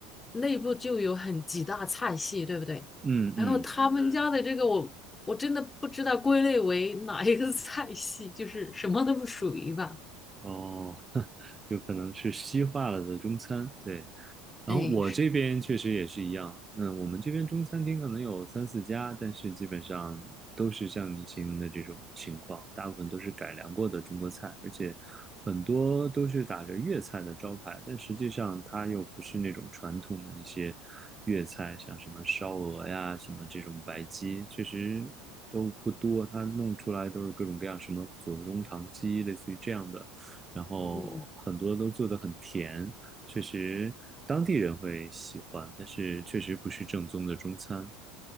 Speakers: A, on the left; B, on the right.
A: 内部就有很几大菜系，对不对？
B: 嗯嗯，
A: 然后他们嗯家的这个我，我真的不知道归类为哪一个菜系，就是什么都不属于吧。
B: 哦，<laughs> 有可能是西化了的中餐，对。然后我这边确实也是一样，
A: 哎，是，
B: 嗯，我们这边中餐厅可能有三四家，但是基本上都是像你形容的这种情况，大部分都是改良过的中国菜，而且很多都是打着粤菜的招牌，但实际上它又不是那种传统的那些粤菜，像什么烧鹅呀，什么这种白鸡，确实都不多，它弄出来都是各种各样什么左宗棠鸡，类似于这样的，然后很多都做得很甜。
A: 嗯。
B: 确实当地人会喜欢，但是确实不是正宗的中餐。